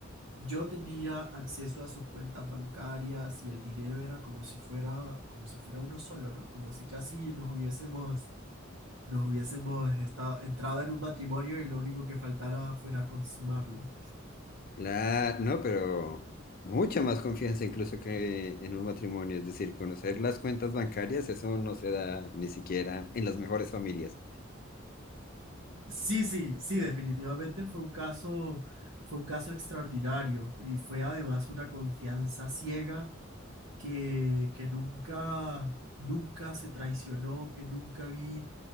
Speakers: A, on the right; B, on the left.
A: yo tenía acceso a sus cuentas bancarias y el dinero era como si fuera, como si fuera uno solo, ¿no? Como si casi nos hubiésemos, nos hubiésemos estado, entrado en un matrimonio y lo único que faltara fuera consumarlo.
B: Claro, no, pero mucha más confianza incluso que en un matrimonio. Es decir, conocer las cuentas bancarias, eso no se da ni siquiera en las mejores familias.
A: Sí, sí, sí, definitivamente fue un caso, fue un caso extraordinario y fue además una confianza ciega que, que nunca, nunca se traicionó, que nunca vi